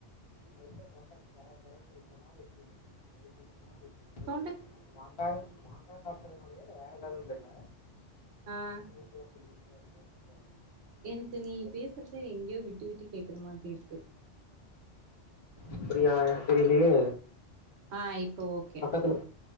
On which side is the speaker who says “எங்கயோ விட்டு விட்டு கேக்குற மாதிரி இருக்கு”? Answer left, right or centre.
Right